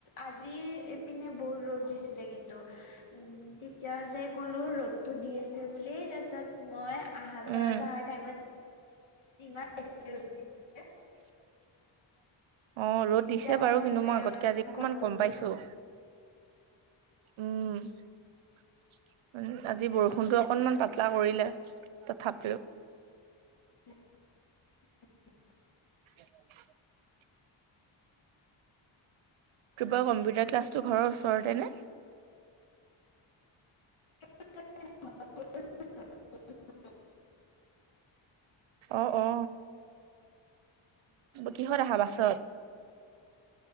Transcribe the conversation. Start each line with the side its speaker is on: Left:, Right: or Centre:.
Left: আজি এইপিনে বহুত ৰ'দ দিছিলে কিন্তু- উম তেতিয়া যে ক'লো ৰ'দতটো দি আছে বুলি তাৰ পিছত মই আহা ঘৰতৰত
Right: উম,
Left: আহা টাইমত ইমান বেছিকে ৰ'দ দিছে -
Right: <unintelligible> <inaudible> অ ৰ'দ
Left: এতিয়া
Right: দিছে বাৰু
Left: লাহে
Right: কিন্তু
Left: লাহে
Right: মই আগতকে
Left: অলপ
Right: আজি অকমান
Left: গৰমটো
Right: কম
Left: কমিছে
Right: পাইছোঁ - উম- আজি বৰষুণটো অকনমান পাতলা কৰিলে তথাপিও-
Left: <inaudible>
Right: স <unintelligible> কৃপা কম্পিউটাৰ ক্লাছটো ঘৰৰ ওচৰতে নে?
Left: <unintelligible>
Right: অ অ কিহত আহা বাছত?